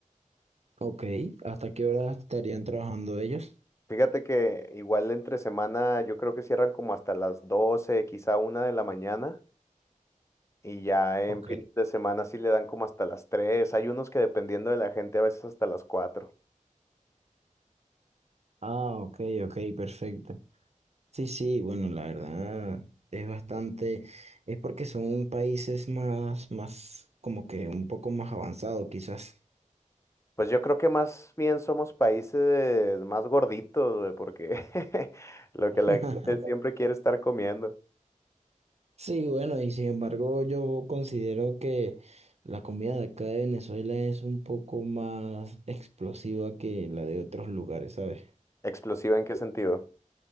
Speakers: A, on the right; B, on the left.
A: Ok, ¿hasta qué hora estarían trabajando ellos?
B: Fíjate que igual entre semana yo creo que cierran como hasta las 12, quizá una de la mañana. Y ya en
A: Ok.
B: fin de semana sí le dan como hasta las 3. Hay unos que dependiendo de la gente a veces hasta las 4.
A: Ah, ok, ok, perfecto. Sí, sí, bueno, la verdad es bastante, es porque son países más, más, como que un poco más avanzados quizás.
B: Pues yo creo que más bien somos países más gorditos, güey, porque <laughs> lo que
A: <laughs>
B: la gente siempre quiere estar comiendo.
A: Sí, bueno, y sin embargo yo considero que la comida de acá de Venezuela es un poco más explosiva que la de otros lugares, ¿sabes?
B: ¿Explosiva en qué sentido?